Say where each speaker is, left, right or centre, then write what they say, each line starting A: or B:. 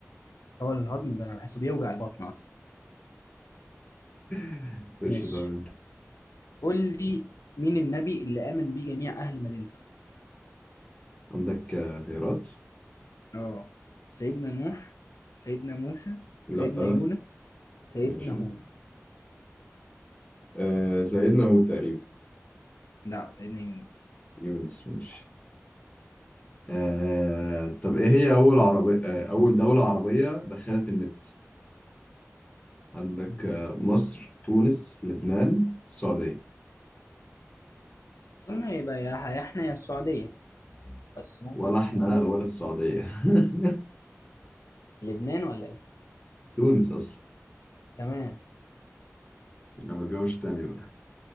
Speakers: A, on the left; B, on the left.
A: هو الهضم ده أنا بحسه بيوجع البطن أصلا
B: <laughs> ماشي
A: ماشي
B: طيب
A: قول لي مين النبي اللي آمن بيه جميع أهل مدينته؟
B: عندك آه، خيارات
A: اه سيدنا نوح سيدنا موسى
B: لا
A: سيدنا يونس سيدنا
B: ماشي
A: هود
B: آه سيدنا هود تقريبا
A: لا سيدنا يونس
B: يونس ماشي آه طب ايه هي اول عربية آه اول دولة عربية دخلت النت عندك
A: مم.
B: آه مصر تونس لبنان السعودية
A: قلنا يبقى يا يا احنا يا السعودية بس ممكن
B: ولا احنا
A: نقول
B: ولا السعودية <laughs>
A: لبنان ولا ايه
B: تونس اصلا
A: تمام
B: انا ما اتجوزش تاني بقى